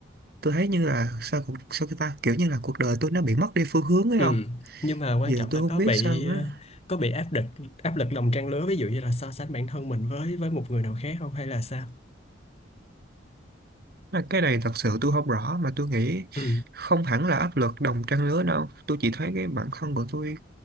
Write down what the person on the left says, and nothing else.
ừ.
Nhưng mà quan
trọng
là có
bị
ờ, có bị áp lực áp lực lòng trang lứa ví dụ như là so sánh bản thân mình với với một người nào khác không hay là sao?
Ừ,